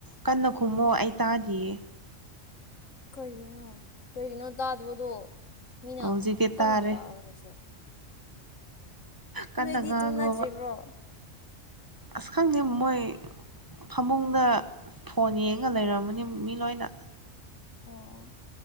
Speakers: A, on the right (about 20°); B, on the left (about 80°).
A: ꯀꯟꯅ ꯈꯨꯝꯃꯣ ꯑꯩ ꯇꯥꯗꯤꯌꯦ
B: ꯀꯩꯒꯤꯅꯣ ꯀꯩꯒꯤꯅꯣ ꯇꯥꯗꯕꯗꯣ ꯃꯤꯅ
A: ꯍꯧꯖꯤꯛꯇꯤ
B: ꯀꯟꯅ
A: ꯇꯥꯔꯦ
B: ꯂꯥꯛꯔꯨꯔꯁꯦ
A: ꯀꯟꯅ
B: ꯅꯣꯏꯗꯤ
A: ꯉꯥꯡꯉꯣꯕ
B: ꯇꯨꯝꯅꯗ꯭ꯔꯤꯕ꯭ꯔꯣ
A: ꯑꯁ ꯈꯪꯗꯦ ꯃꯣꯏ ꯐꯃꯨꯡꯗ ꯐꯣꯟ ꯌꯦꯡꯉ ꯂꯩꯔꯝꯃꯅꯤ ꯃꯤ ꯂꯣꯏꯅ
B: ꯑꯣ